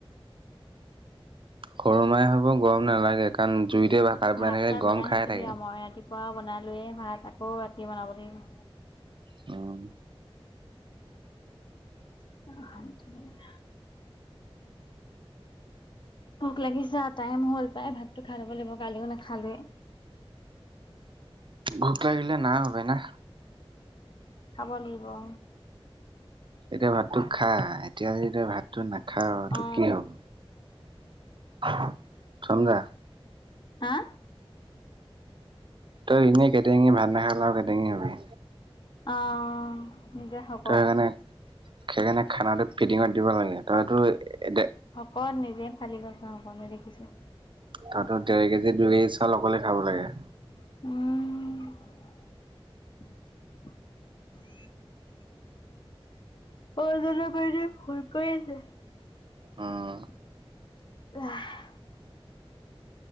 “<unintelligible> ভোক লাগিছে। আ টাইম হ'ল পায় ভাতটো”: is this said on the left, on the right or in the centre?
Left